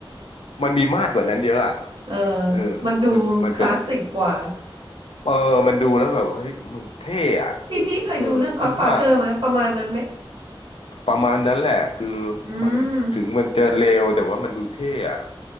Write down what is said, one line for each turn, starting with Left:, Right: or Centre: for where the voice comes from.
Left: มันมีมาดกว่านั้นเยอะอ่ะ
Right: เออ
Left: เออ
Right: มันดูคลาสสิกกว่า
Left: มันมันเป็นเออมันดูแล้วแบบเฮ้ยมันเท่อะมันเออถึงว่า
Right: พี่พี่เคยดูเรื่อง Godfather ไหมประมาณนั้นไหม
Left: ประมาณนั้นแหละคือ
Right: อืม
Left: มันถึงมันจะเลวแต่ว่ามันดูเท่อะ